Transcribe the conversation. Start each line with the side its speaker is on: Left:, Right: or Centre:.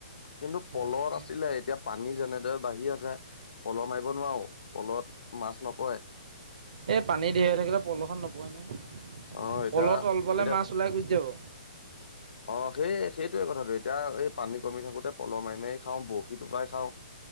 Left: কিন্তু পলত
Right: তাকে
Left: আছিলে এতিয়া পানী যেনেদৰে বাঢ়ি আছে। পল মাৰিব নোৱাৰো। পলত মাছ নপৰে।
Right: এই পানী ঢেৰ হৈ থাকিলে পলহত নপৰে নহয়,
Left: অ এতিয়া
Right: পলহ তলফালে
Left: এতিয়া
Right: মাছ ওলাই গুচি যাব।
Left: অ' সেই সেইটোৱে কথাটো এতিয়া এই পানী কমি থাকোতে পলহ মাৰি মাৰীয়ে খাওঁ বৰশী টোপাই খাওঁ।